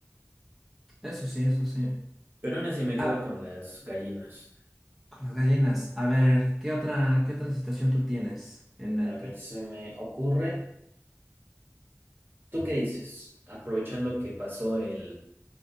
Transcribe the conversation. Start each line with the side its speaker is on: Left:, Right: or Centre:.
Centre: Eso sí, eso sí.
Right: Pero aún así me
Centre: Ah,
Right: quedo con las gallinas.
Centre: con las gallinas. A ver, ¿qué otra, qué otra situación tú tienes en mente?
Right: A ver, se me ocurre. ¿Tú qué dices? Aprovechando que pasó el,